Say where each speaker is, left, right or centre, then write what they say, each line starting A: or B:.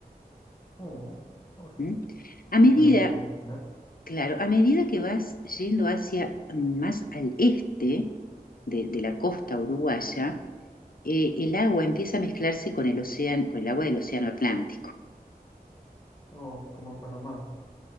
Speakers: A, on the left; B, on the left.
A: Oh, ok.
B: ¿m? A
A: Sí,
B: medida
A: me lo puedo imaginar.
B: Claro, a medida que vas yendo hacia mm, más al este de, de la costa uruguaya, eh, el agua empieza a mezclarse con el océano, con el agua del océano Atlántico.
A: Oh, como en Panamá.